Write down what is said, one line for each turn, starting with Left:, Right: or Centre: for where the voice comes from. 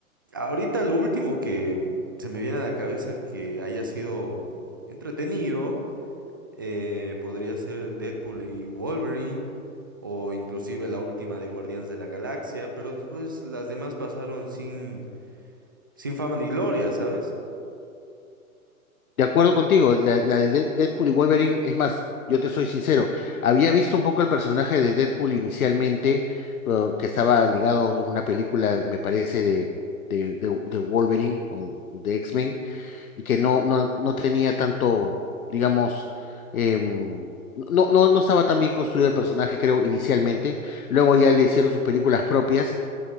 Right: ahorita lo último que se me viene a la cabeza que haya sido entretenido, eh, podría ser Deadpool y Wolverine, o inclusive la última de Guardianes de la Galaxia, pero después las demás pasaron sin, sin fama ni gloria, ¿sabes?
Left: De acuerdo contigo, la, la de Dead- Deadpool y Wolverine, es más, yo te soy sincero, había visto un poco el personaje de Deadpool inicialmente, eh, que estaba ligado en una película, me parece, de, de, de, de Wolverine o de X-Men, y que no, no, no tenía tanto, digamos, em, no, no, no estaba tan bien construido el personaje, creo, inicialmente. Luego ya le hicieron sus películas propias